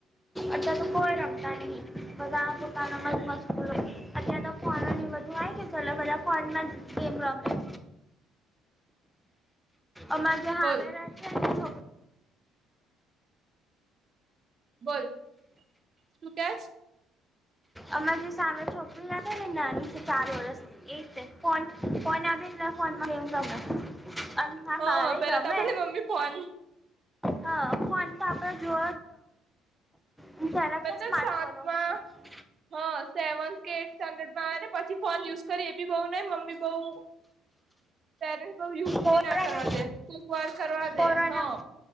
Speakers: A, in the centre; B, on the right.
A: અત્યાર તો કોઈ રમતા નહી બધા, પોતાના માં જ મસ્તૂલ હોય. અતં તો ફોન બધું આ ગયા ચલો, બધા ફોનમાં જ ગેમ રમે. અમાર
B: બોલ.
A: સાચા છો.
B: બોલ, તું શું કેય?
A: અમામે જે સામે છોકરી હતા ને, નાની છે ચાર વર્ષ એ છે, ફોન-ફોન આવેલને, ફોન માંમ ત <unintelligible> અને ના
B: હા
A: બહાર
B: પેલા
A: રમે.
B: તો આપણને મમ્મી ફોન
A: હ, ફોન તો આપડે જો. હોયલા,
B: બતા
A: ક્યા સ્માર્ટફોન
B: સાતમાં
A: હતા?
B: હા, સેવન્થ એ સ્ટાન્ડર્ડ માં આવે ને, પછી ફોન યુઝ કરી એ, બી બઉુ ન મમ્મી બઉુ. પેરે બઉ યુથ
A: કોરોના
B: બી ના કરવા દે, ટૂક વાર કરવા દે
A: કોરોના
B: હા.